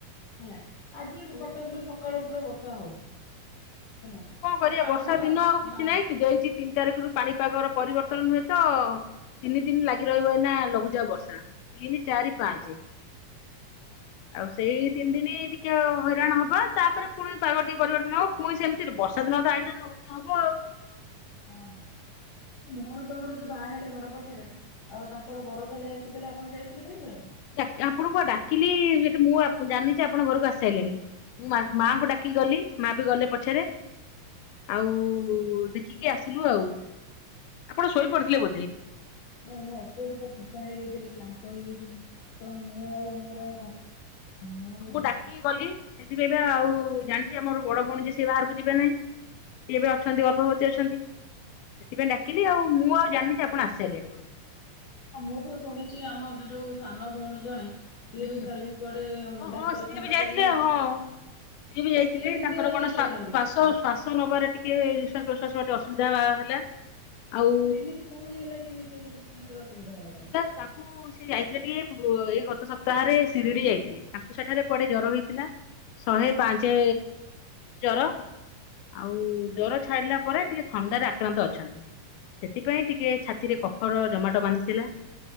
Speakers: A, on the left; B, on the left.
A: ହେଲା। ଆଜି
B: ଆଉ
A: ଆମ କଟକରୁ ସକାଳୁ ପୁରା ବର୍ଷା ହଉଚି ହେଲା।
B: କଣ
A: କିନ୍ତୁ
B: କରିବା
A: ଆମର
B: ବର୍ଷା ଦିନ ଆଉ କିଛି
A: ହଁ।
B: ନାଇଁ ସେ ଦେଇଛି ତିନି ତାରିଖରୁ ପାଣିପାଗର ପରିବର୍ତ୍ତନ ନୁହେଁ ତ ତିନି ଦିନି ଲାଗି ରହିବ ଏଇନା ଲଘୁଚାପ ବର୍ଷା। ତିନି ଚାରି ପାଞ୍ଚେ ଆଉ ସେଇ ତିନି ଦିନ ଟିକେ ଆଉ ହଇରାଣ
A: କାଲି
B: ହବା
A: ଆପଣ
B: ତାପରେ
A: ଯାଇଥିଲେ
B: ପୁଣି
A: ଏଇ ଯୋଉ
B: ପାଗ ଟିକେ ପରିବର୍ତନ ହେବ ପୁଣି ସେମିତି
A: ହଁ
B: ବର୍ଷା ଦିନ ତ ଆଇିଲା ସେମିତି ହବ ଆଉ।
A: ଓହୋ ଭଉଣୀ ତମର ଯିଏ ବାହା ହେଲେ ଘର ପାଖେରେ ଆଉ ତାଙ୍କର ବର କାଲି ଆସିଥିଲା ଆପଣ ଯାଇଥିଲେ ଦେଖିବାକୁ।
B: ଡା ଆପଣଙ୍କୁ ପା ଡାକିଲି ସେଠି ମୁଁ ଜାଣିନି ଯେ ଆପଣ ଘରକୁ ଆସିଶାଇଲେଣି। ମୁଁ ମାଙ୍କୁ ଡାକିକି ଗଲି ମା ବି ଗଲେ ପଛରେ। ଆଉ ଦେଖିକି ଆସିଲୁ ଆଉ ଆପଣ ଶୋଇପଡିଥିଲେ ବୋଧେ?
A: ନାଇଁ ମୋ ଅତ୍ୟଧିକ ଥକା ହେଇଯାଇଥିଲି କ୍ଳାନ୍ତ ହେଇଯାଇଥିଲି ତ ମୁଁ ଆଉ ମୋର ମୋ
B: ହଁ ମୁଁ
A: ଯୋଉ
B: ଡାକିକି
A: ସ୍ୱାମୀ
B: ଗଲି ସେଥିପାଇଁ ପା ଆଉ ଜାଣିଛି ଆମର ବଡ ଭଉଣୀ ଯେ ସେ ବାହାରକୁ ଯିବେ ନାହିଁ। ସିଏ ଏବେ ଅଛନ୍ତି ଗର୍ଭବତୀ ଅଛନ୍ତି ସେଥିପାଇଁ ଡାକିଲି ଆଉ ମୁଁ ଆଉ ଜାଣିନି ଜେ ଆପଣ ଆସାରିଲେଣି।
A: ହଁ ମୁଁ ତ ଶୁଣିଛି ଆମର ଯୋଉ ସାନ ଭଉଣୀ ଜଣେ ସିଏ
B: ହୁଁ
A: ବି କାଲି କୁଆଡେ
B: ହଁ
A: ଡାକ୍ତରଖାନା
B: ହଁ ସିଏ ବି ଯାଇଥିଲେ
A: ଯାଇ
B: ହଁ ସିଏ ବି ଯାଇଥିଲେ
A: ସେ ଏମିତିଆ
B: ତାଙ୍କର
A: ହେଇଯାଇଛନ୍ତି।
B: କଣ ସ୍ଵା ଶ୍ୱାସ ଶ୍ୱାସ ନବାରେ ଟିକେ ନିଶ୍ୱାସ ପ୍ରଶ୍ୱାସ ବାଟେ ଅସୁବିଧା ହେଲା ଆଉ
A: କେମିତି କଣ ହେଲା କି ନିଶ୍ୱାସ ପତ୍ର ପାଇଁ ଅସୁବିଧା ହେଲା ତମର?
B: ତାକୁ ସେଇ ଯାଇଥିଲେ ଟିକେ ଏଇ ଗତ ସପ୍ତାହରେ ସିରିଡି ଯାଇଥିଲେ। ତାଙ୍କୁ ସେଠାରେ କୁଆଡେ ଜର ହେଇଥିଲା ଶହେ ପାଞ୍ଚେ ଜର। ଆଉ ଜର ଛାଡିଲା ପରେ ଟିକେ ଥଣ୍ଡାରେ ଆକ୍ରାନ୍ତ ଅଛନ୍ତି। ସେଥିପାଇଁ ଟିକେ ଛାତିରେ କଫର ଜମାଟ ବାନ୍ଧିଥିଲା।